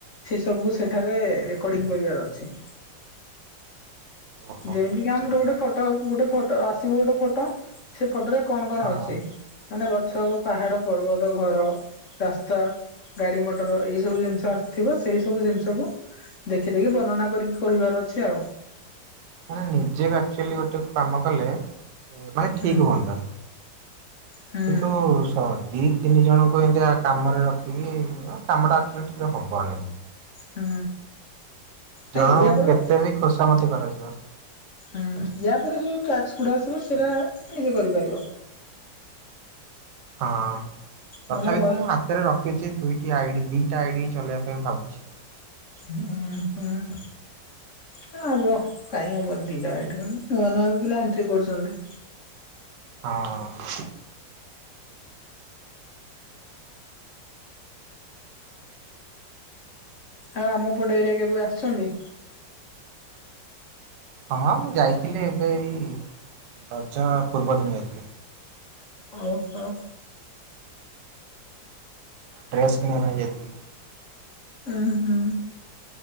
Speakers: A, on the left; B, on the right.
A: ସେ ସବୁ କୁ ସେଠାରେ ରେକଡିଙ୍ଗ କରିବାର ଅଛି।
B: ଓହୋ
A: ଯେମିତି
B: ବୁଝିଲି।
A: କି ଆମର ଗୋଟେ ଫଟୋ ଗୋଟେ ଫଟୋ ଆସିବ ଗୋଟେ ଫଟୋ ସେ ଫଟୋ ରେ କଣ କଣ
B: ହଁ
A: ଅଛି? ମାନେ ଗଛ ଆଉ ପାହାଡ, ପର୍ବତ, ଘର, ରାସ୍ତା। ଗାଡି ମଟର ଏଇ ସବୁ ଜିନିଷ ଆସିଥିବ ସେଇ ସବୁ ଜିନିଷକୁ ଦେଖି ଦେଖି ବର୍ଣ୍ଣନା କରିକି କହିବାର ଅଛି ଆଉ।
B: ମାନେ ନିଜେ ଆକ୍ଚୁଆଲି ଗୋଟେ କାମ କଲେ ମାନେ
A: ହୁଁ
B: ଠିକ୍ ହୁଅନ୍ତା।
A: ହୁଁ
B: କିନ୍ତୁ ସହ ଦି ତିନି ଜଣଙ୍କୁ ଏମିତିଆ କାମରେ ରଖିକି କାମଟା ଆକ୍ଚୁଆଲି ଟିକେ ହବନି।
A: ହୁଁ ନାଇଁ
B: ଜଣକୁ
A: ୟା ପରେ
B: କେତେ ବି ଖୋସାମତି କରାଯିବ।
A: ହୁଁ ୟା ପରେ ଯୋଉ ଟ୍ୟାକ୍ସ ଗୁଡା ଆସିବ ସେଇରା ନିଜେ କରିପାରିବ।
B: ହଁ
A: ମାନେ
B: ତଥାପି
A: ଭଏସ
B: ତ ମୁଁ ହାତରେ ରଖିଚି ଦୁଇଟି ଆଇଡି ଦିଇଟା ଆଇଡ଼ି ଚଲେଇବା ପାଇଁ ଭାବୁଛି।
A: ହୁଁ ହୁଁ ହୁଁ। ଏ ହବ କାଇଁ ହବନି ଦିଟା ଆଇଡି ନୂଆ ନୂଆ ବି ପିଲା ଏଣ୍ଟ୍ରି କରୁଚନ୍ତି।
B: ହଁ।
A: ଆଉ ଆମ ପଟ ଏରିଆ କେବେ ଆସିଚନ୍ତି?
B: ହଁ ମୁଁ ଯାଇଥିଲି ଏବେ ଏଇ ରଜ ପୂର୍ବ ଦିନ ଯାଇଥିଲି।
A: ଓହୋ।
B: ଡ୍ରେସ କିଣିବା ପାଇଁ ଯାଇଥିଲି।
A: ଉଁ ହୁଁ।